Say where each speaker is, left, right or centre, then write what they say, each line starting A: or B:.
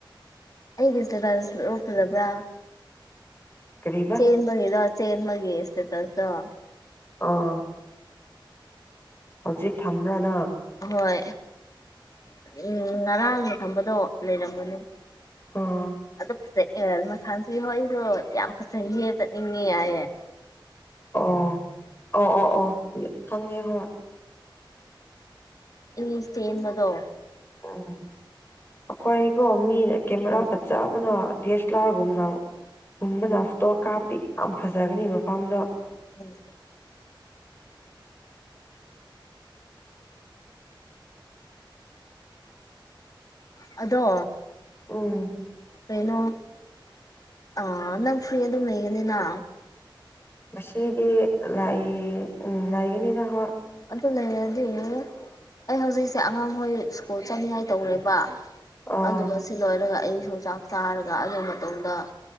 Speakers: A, on the left; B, on the left.
A: ꯑꯩꯒꯤ ꯏꯟꯁꯇ꯭ꯔꯥꯝ ꯁ꯭ꯔꯣ ꯐꯖꯕ꯭ꯔꯥ
B: ꯀꯔꯤ
A: ꯆꯦꯟꯕꯒꯤꯔꯣ ꯆꯦꯟꯕꯒꯤ ꯏꯁꯇꯦꯇꯁꯇꯣ
B: ꯑꯥ ꯍꯧꯖꯤꯛ ꯊꯝꯕ꯭ꯔꯥ ꯅꯪ
A: ꯍꯣꯏ ꯎꯝ ꯉꯔꯥꯡꯅ ꯊꯝꯕꯗꯣ ꯂꯩꯔꯝꯕꯅꯦ
B: ꯑꯣ
A: ꯑꯗꯨ ꯐꯖ ꯑꯦ ꯃꯁꯥꯟꯁꯨ ꯍꯣꯏꯁꯨ ꯌꯥꯝ ꯐꯖꯩꯍꯦ ꯆꯠꯅꯤꯡꯉꯦ ꯍꯥꯏꯌꯦ
B: ꯑꯣ ꯑꯣ ꯑꯣ ꯑꯣ ꯈꯪꯉꯦ ꯍꯣꯏ
A: ꯏ ꯁ꯭ꯇꯦꯟ ꯕꯗꯣ <unintelligible>
B: ꯎꯝ ꯑꯩꯈꯣꯏꯀꯣ ꯃꯤꯅ ꯀꯦꯃꯦꯔꯥ
A: ꯑꯪ
B: ꯐꯖꯕꯅꯥ ꯗꯤꯁ ꯂꯥꯔꯒꯨꯝꯅ ꯒꯨꯝꯕꯅ ꯐꯣꯇꯣ ꯀꯥꯞꯗꯤ ꯌꯥꯝ ꯐꯖꯒꯅꯤ ꯃꯄꯥꯝꯗꯣ
A: ꯎꯝ ꯑꯗꯣ
B: ꯎꯝ
A: ꯀꯩꯅꯣ ꯑꯥ ꯅꯪ ꯐ꯭ꯔꯤ ꯑꯗꯨꯝ ꯂꯩꯒꯅꯤꯅ
B: ꯉꯁꯤꯗꯤ ꯂꯥꯏ ꯉꯥꯏꯒꯅꯤꯗ ꯍꯣꯏ
A: ꯑꯗꯨ ꯂꯩꯔꯗꯤ ꯑꯩ ꯍꯧꯖꯤꯛꯁꯦ ꯑꯉꯥꯡꯍꯣꯏ ꯁ꯭ꯀꯨꯜ ꯆꯠꯅꯤꯡꯉꯥꯏ ꯇꯧꯔꯦꯕ
B: ꯑꯥ
A: ꯑꯗꯨꯅ ꯁꯤ ꯂꯣꯏꯔꯒ ꯑꯩꯁꯨ ꯆꯥꯛ ꯆꯥꯔꯒ ꯑꯗꯨ ꯃꯇꯨꯡꯗ